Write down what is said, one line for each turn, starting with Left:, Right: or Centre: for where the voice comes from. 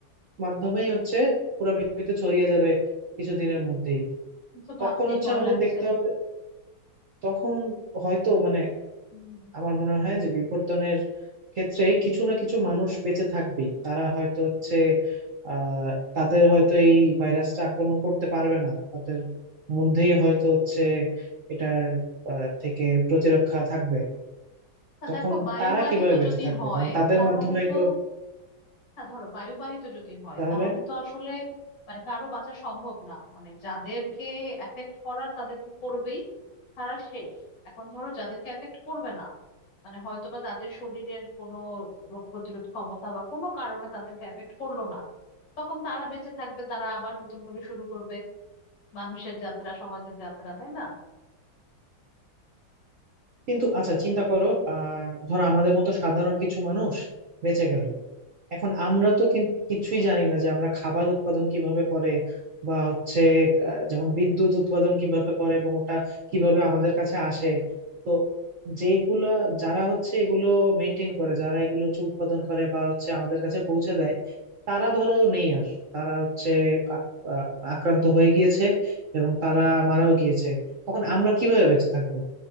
Right: মাধ্যমেই হচ্ছে পুরো পৃথিবীতে ছড়িয়ে যাবে কিছুদিনের মধ্যেই
Left: তো ভাবতেই
Right: তখন হচ্ছে
Left: ভয়
Right: আমাদের
Left: লাগছে
Right: দেখতে হবে তখন হয়তো মানে
Left: হুম।
Right: আমার মনে হয় যে বিবর্তনের ক্ষেত্রে কিছু না কিছু মানুষ বেঁচে থাকবেই তারা হয়তো হচ্ছে আহ তাদের হয়তো এই ভাইরাসটা আক্রমণ করতে পারবে না তাদের মধ্যেই হয়তো হচ্ছে এটার আহ, থেকে প্রতিরক্ষা থাকবে
Left: না,
Right: তখন
Left: দেখো বায়ুবাহিত
Right: তারা কিভাবে বেঁচে
Left: যদি
Right: থাকবে
Left: হয়
Right: কারণ তাদের
Left: তাহলে
Right: মাধ্যমেই
Left: তো
Right: তো
Left: না ধরো বায়ুবাহিত যদি হয়
Right: তাহলে
Left: তাহলে তো আসলে মানে কারো বাঁচা সম্ভব না মানে যাদেরকে এফেক্ট করার তাদেরকে করবেই তারা শেষ এখন ধরো যাদেরকে এফেক্ট করবে না মানে হয়তোবা তাদের শরীরের কোনো রোগ প্রতিরোধ ক্ষমতা বা কোনো কারণে তাদেরকে এফেক্ট করলো না তখন তারা বেঁচে থাকবে তারা আবার নতুন করে শুরু করবে মানুষের যাত্রা সমাজের যাত্রা তাই না
Right: কিন্তু আচ্ছা চিন্তা করো আহ ধরো আমাদের মতো সাধারণ কিছু মানুষ বেঁচে গেল এখন আমরা তো কিন্তু কিছুই জানি না যে আমরা খাবার উৎপাদন কিভাবে করে বা হচ্ছে আহ, যেমন বিদ্যুৎ উৎপাদন কিভাবে করে এবং ওটা কিভাবে আমাদের কাছে আসে তো যেগুলা যারা হচ্ছে এগুলো মেনটেন করে যারা এগুলো হচ্ছে উৎপাদন করে বা হচ্ছে আমাদের কাছে পৌঁছে দেয় তারা ধরো নেই আর তারা হচ্ছে আক- আহ, আক্রান্ত হয়ে গিয়েছে এবং তারা মারাও গিয়েছে তখন আমরা কিভাবে বেঁচে থাকবো